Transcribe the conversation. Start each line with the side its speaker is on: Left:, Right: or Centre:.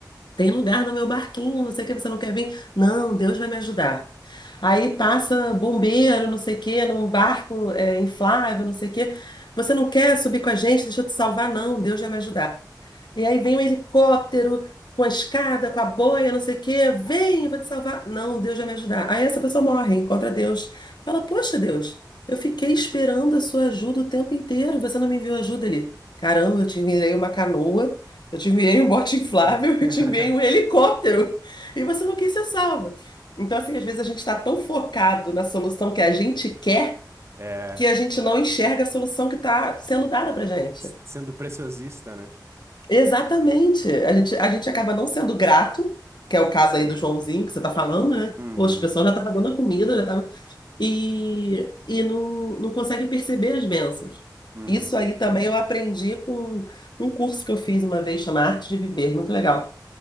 Left: tem lugar no meu barquinho, não sei o que, você não quer vir? Não, Deus vai me ajudar. Aí passa bombeiro, não sei o que, num barco é, inflável, não sei o que. Você não quer subir com a gente? Deixa eu te salvar, não, Deus vai me ajudar. E aí vem um helicóptero com a escada, com a boia, não sei o quê. Vem, eu vou te salvar. Não, Deus vai me ajudar. Aí essa pessoa morre, encontra Deus. Fala, poxa, Deus, eu fiquei esperando a sua ajuda o tempo inteiro. Você não me enviou ajuda ali. Caramba, eu te enviei uma canoa, eu te enviei um bote inflável,
Right: Hum. <laughs>
Left: <laughs> eu te enviei um helicóptero. E você não quis ser salva. Então, assim, às vezes a gente está tão focado na solução que a gente quer
Right: É,
Left: que a gente não enxerga a solução que está sendo dada pra gente.
Right: s- sendo preciosista, né?
Left: Exatamente. A gente, a gente acaba não sendo grato, que é o caso aí
Right: Uhum,
Left: do Joãozinho que você tá falando, né?
Right: uhum,
Left: Poxa, o pessoal já tava dando a comida, já tava... E, e não, não consegue perceber as bênçãos.
Right: uhum.
Left: Isso aí também eu aprendi com um curso que eu fiz uma vez, chama Arte de Viver, muito legal.